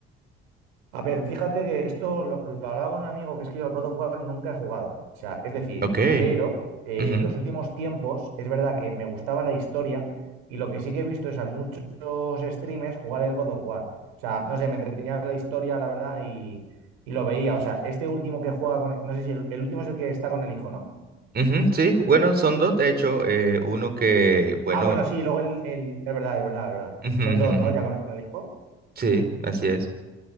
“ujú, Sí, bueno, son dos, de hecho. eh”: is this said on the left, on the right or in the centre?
Right